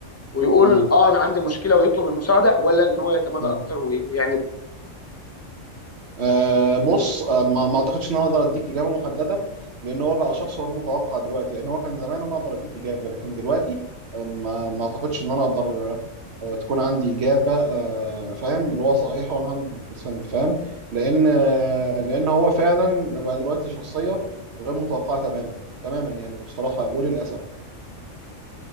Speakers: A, on the left; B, on the right.
A: ويقول
B: مم.
A: اه انا عندي مشكله ويطلب المساعده ولا ان هو يتمادى
B: مم.
A: اكتر وي- ويعند
B: أه بص أه ما ما اعتقدش ان انا اقدر اديك اجابه محدده لان هو بقى شخص غير متوقع دلوقتي يعني هو كان زمان انا اقدر اديك اجابه لكن دلوقتي أه ما ما اعتقدش ان انا اقدر أه تكون عندي اجابه أه فاهم اللي هو صحيحه 100% فاهم لان أه لان هو فعلا بقى دلوقتي شخصيه غير متوقعه تماما تماما يعني بصراحه وللاسف